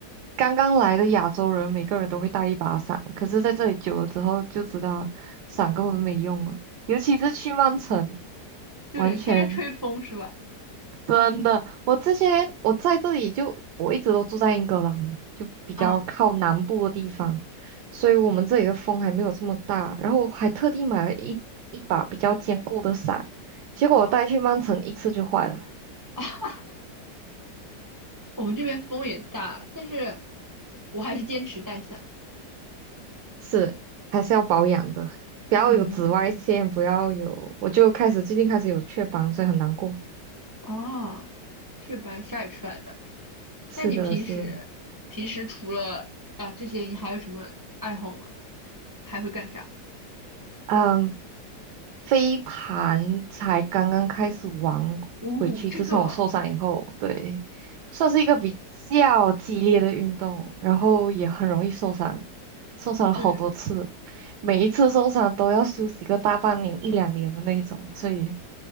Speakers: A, on the right; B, on the right.
A: 刚刚来的亚洲人，每个人都会带一把伞，可是在这里久了之后就知道伞根本没用了，尤其是去曼城，
B: <laughs> 对，
A: 完全
B: 他应该吹风是吧？
A: 真的。我之前我在这里就我一直都住在英格兰嘛，就比较靠南部的地方，
B: 啊
A: 所以我们这里的风还没有这么大。然后我还特地买了一一把比较坚固的伞，结果我带去曼城一次就坏了。
B: 啊。<laughs> 我们这边风也大，但是我还是坚持带伞。
A: 是，还是要保养的，不要有紫外线，
B: 嗯，
A: 不要有，我就开始最近开始有雀斑，所以很难过。
B: 哦，雀斑晒出来的。
A: 是的，
B: 那你平时平时除了啊、
A: 是的，
B: 这些，你还有什么爱好吗？还会干啥？
A: 嗯，飞盘才刚刚开始玩回去，
B: 哦，这个
A: 自从我受伤以后，对，算是一个比较激烈的运动，然后也很容易受伤，受伤了好多次，
B: 对，
A: 每一次受伤都要休息个大半年、一两年的那种，所以